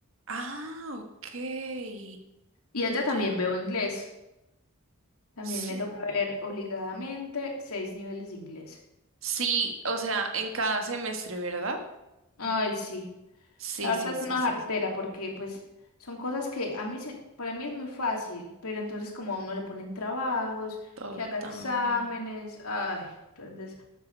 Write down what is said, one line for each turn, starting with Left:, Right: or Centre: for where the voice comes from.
Right: Ah, ok.
Left: Y allá también
Right: Ye-
Left: veo inglés. También
Right: Sí.
Left: me toca ver obligadamente seis niveles de inglés.
Right: Sí, o sea, en cada semestre, ¿verdad?
Left: Ay, sí.
Right: Sí,
Left: La verdad
Right: sí, sí,
Left: es una
Right: sí.
Left: jartera porque pues son cosas que a mí se- para mí es muy fácil, pero entonces como a uno le ponen trabajos,
Right: Total.
Left: que haga exámenes, ay, entonces